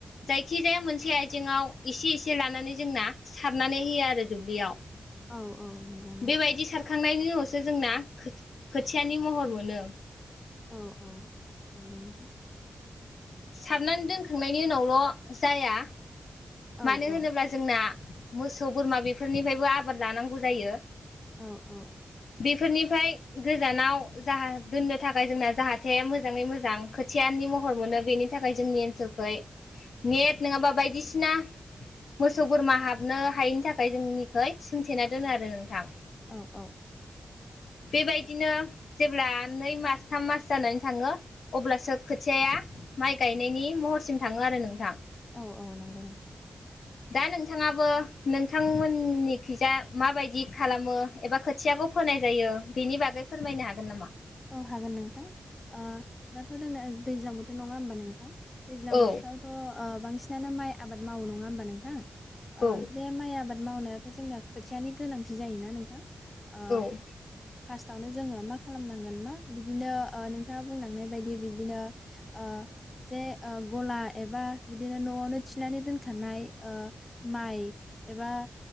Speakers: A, on the left; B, on the left.
A: जायखिजाया मोनसे आइजेंआव एसे एसे लानानै जोंना सारनानै होयो आरो दुब्लियाव।
B: औ औ नंगौ नोंथां।
A: बेबायदि सारखांनायनि उनावसो जोंना खोथियानि महर मोनो।
B: औ औ नंगौ नोंथां।
A: सारनानै दोनखांनायनि उनावल' जाया
B: औ
A: मानो
B: औ
A: होनोब्ला जोंना मोसौ बोरमा बेफोरनिफ्रायबो आबोर लानांगौ जायो।
B: औ औ
A: बेफोरनि फ्राय गोजानाव जा दोननो थाखाय जोंना जाहाथे मोजाङै मोजां खोथियानि महर मोनो बेनि थाखाय जोंनि ओनसोलखै नेट नङाबा बायदिसिना मोसौ बोरमा हाबनो हायैनि थाखाय जोंनिखै सोंथेना दोनो आरो नोंथां।
B: औ औ।
A: बेबायदिनो जेब्ला नै मास थाम मास जानानै थाङो अब्लासो खोथियाया माइ गायनायनि महरसिम थाङो आरो नोंथां।
B: औ औ नंगौ नोंथां।
A: दा नोंथाङाबो नोंथांमोननिखिजा माबायदि खालामो एबा खोथियाखौ फोनाय जायो बेनि बागै फोरमायनो हागोन नामा?
B: औ हागोन नोंथां ओ दाथ' दोंना दैज्लां बोथोर नङा होमबा नोंथां? दैज्लां
A: औ
B: बोथोरावथ' ओ बांसिन नानो माइ आबाद मावो नङा होमबा नों थां
A: औ
B: ओ बे माइ आबाद मावनायाथ' जोंना खोथियानि गोनांथि जायोना नोंथां? आ
A: औ
B: फार्स्टआवनो जोङो मा खालामना गोन मा बिदिनो ओ नोंथाङा बुंलांनाय बायदि बिदिनो ओ जे गला एबा बिदिनो न'आवनो थिनानै दोन खानाय ओ माइ एबा